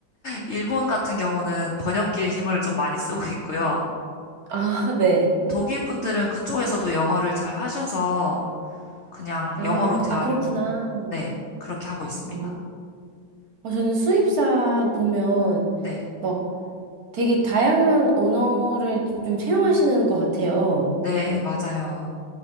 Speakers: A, on the left; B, on the right.
A: 일본 같은 경우는 번역기의 힘을 좀 많이 쓰고 있고요.
B: 아, 네.
A: 독일 분들은 그쪽에서도 영어를 잘 하셔서 그냥
B: 아,
A: 영어로 대화를
B: 아, 그렇구나.
A: 하고, 네, 그렇게 하고 있습니다.
B: 어, 어, 저는 수입사 보면
A: 네,
B: 막 되게 다양한 언어를 좀 채용하시는 것 같아요.
A: 네, 맞아요.